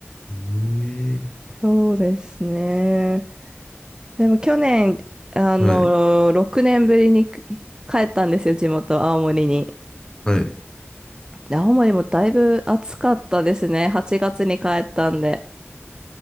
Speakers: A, on the left; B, on the right.
A: ええ
B: そうですね。でも去年、あの、
A: はい、
B: 6年ぶりに帰ったんですよ、地元、青森に。
A: はい。
B: で青森もだいぶ暑かったですね。8月に帰ったんで。